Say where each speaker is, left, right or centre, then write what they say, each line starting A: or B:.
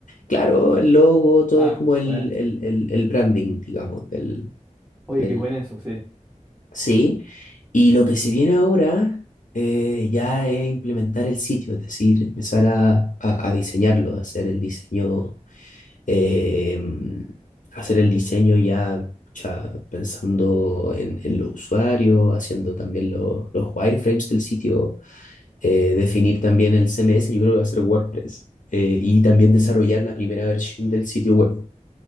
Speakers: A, on the left (about 80°); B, on the right (about 20°).
A: claro, el logo, todo
B: Ah,
A: es como el,
B: buena.
A: el, el- el branding, digamos, del,
B: Oye,
A: del...
B: qué bueno eso, sí.
A: Sí, y lo que se viene ahora eh, ya es implementar el sitio, es decir, empezar a, a, a diseñarlo, a hacer el diseño eh, hacer el diseño ya pucha, pensando en, en los usuarios, haciendo también lo- los wireframes del sitio, eh, definir también el CMS, yo creo que va a ser WordPress, eh, y también desarrollar la primera versión del sitio web.